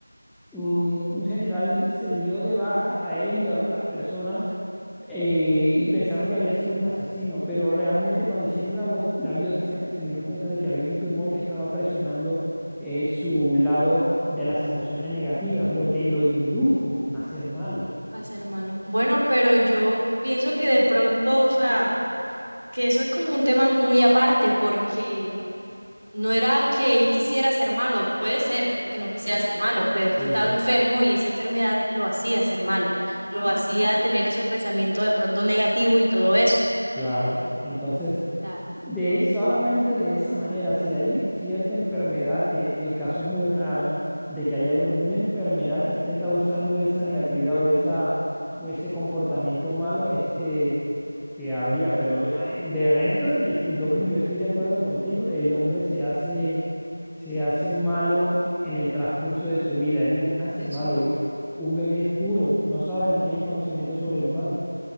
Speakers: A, in the centre; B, on the right.
A: mm, un general se dio de baja a él y a otras personas eh, y pensaron que había sido un asesino, pero realmente cuando hicieron la, bo- la biopsia se dieron cuenta de que había un tumor que estaba presionando eh, su lado de las emociones negativas, lo que lo indujo a ser malo.
B: hacer malo. Bueno, pero yo pienso que de pronto, o sea, que eso es como un tema muy aparte, porque no era que él quisiera ser malo, puede ser que no quisiera ser malo, pero es que
A: Mm.
B: estaba enfermo y esa enfermedad lo hacía ser malo, lo hacía tener esos pensamientos de pronto negativos y todo eso.
A: Claro. Entonces,
B: Claro,
A: de solamente de esa manera, si hay cierta enfermedad, que el caso es muy raro, de que haya alguna enfermedad que esté causando esa negatividad o esa o ese comportamiento malo, es que que habría, pero ah, de resto, esto- yo creo, yo estoy de acuerdo contigo, el hombre se hace, se hace malo en el transcurso de su vida, él no nace
B: de
A: malo,
B: su vida.
A: güey. Un bebé es puro, no sabe, no tiene conocimiento sobre lo malo.